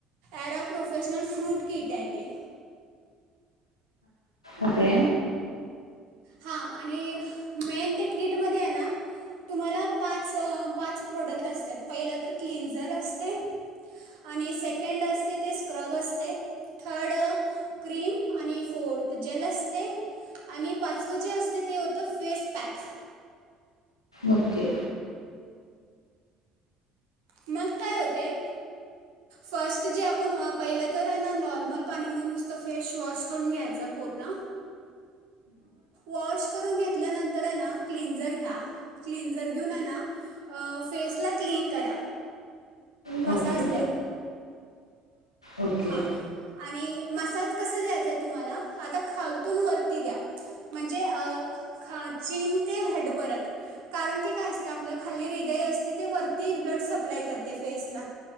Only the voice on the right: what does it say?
अँराप्रोफेशनल फ्रूट कीट हाय ते
हा आणि मेन ते किटमध्ये हाय ना तुम्हाला पाच अ पाच प्रोडक्ट असत्यात. पहिला तर क्लीनझर असतय आणि सेकंड असतय ते स्क्रब असतय थर्ड क्रीम आणि नी फोर्थ जेल असतय आ पाचवं जे असतय ते होतं फेस पॅक
मग काय होतय? फर्स्ट जे आपण अ पहिलं तर हय ना नॉर्मल पाणीन नु नुसतं फेश वॉश करून घ्यायचा पूर्ण वॉश करून घेतल्यानंतर हय ना क्लिनजर घ्या क्लिनजर घेऊन हय ना फेसला क्लीन करा.
मसाज द्या.
हां आणि मसाज कस दयायचाय तुम्हाला आता खालतून वरती दया म्हणजे अ खाचीन ते हेडपर्यंत कारण की काय असत आपलं खाली हृदय असत ते वरती ब्लड सप्लाय करत फेसला